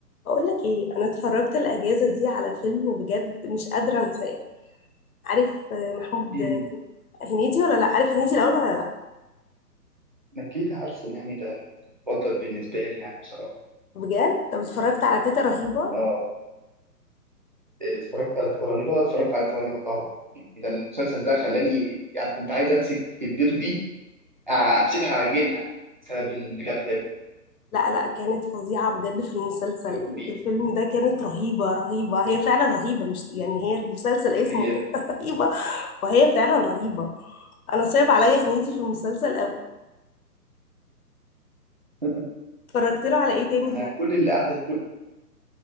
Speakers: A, on the left; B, on the right.
A: بقول لك ايه انا اتفرجت الاجازه دي على فيلم وبجد مش قادره انساه عارف آه، محمود
B: مم.
A: آه، هنيدي ولا لا عارف هنيدي الاول ولا لا
B: أكيد عارفه يعني ده المفضل بالنسبة لي يعني بصراحة
A: بجد طب اتفرجت على تيتا رهيبه
B: آه اتفرجت على تلاتة رهيبة اتفرجت على تلاتة رهيبة طبعا يعني ده المسلسل ده خلاني يعني كنت عايز أمسك جدته دي أ- أمسكها أعجنها بسبب اللي كانت بتعمله
A: لا لا كانت فظيعه بجد في المسلسل
B: بيه
A: في الفيلم ده كانت رهيبه رهيبه هي فعلا رهيبه مش يعني هي المسلسل اسمه
B: هي
A: <laughs> رهيبه وهي فعلا رهيبه انا صعب عليا هنيدي في المسلسل قوي
B: <laughs>
A: اتفرجت له على ايه تاني
B: أنا
A: طيب
B: كل اللي قاعدة كل